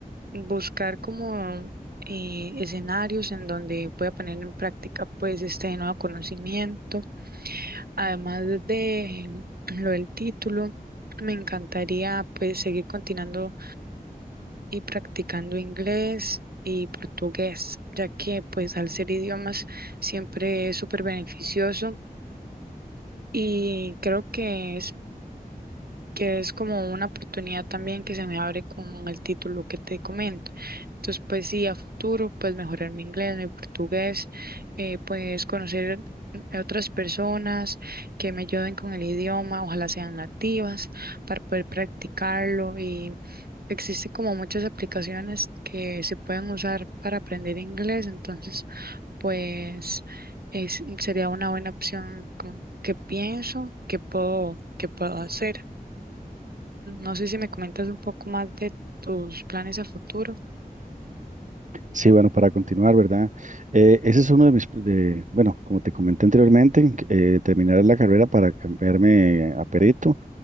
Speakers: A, on the right (about 75°); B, on the right (about 55°).
A: buscar como eh, escenarios en donde pueda poner en práctica pues este nuevo conocimiento. Además de lo del título, me encantaría pues seguir continuando y practicando inglés. y portugués, ya que pues al ser idiomas siempre es súper beneficioso y creo que es que es como una oportunidad también que se me abre con el título que te comento. Entonces, pues sí, a futuro, pues mejorar mi inglés, mi portugués, eh, pues conocer a otras personas que me ayuden con el idioma, ojalá sean nativas, para poder practicarlo. Y existe como muchas aplicaciones que se pueden usar para aprender inglés, entonces, pues es, sería una buena opción como que pienso que puedo, que puedo hacer. No sé si me comentas un poco más de tus planes a futuro.
B: Sí, bueno, para continuar, ¿verdad? Eh, ese es uno de mis, pl- de, bueno, como te comenté anteriormente, eh, terminar la carrera para cambiarme a perito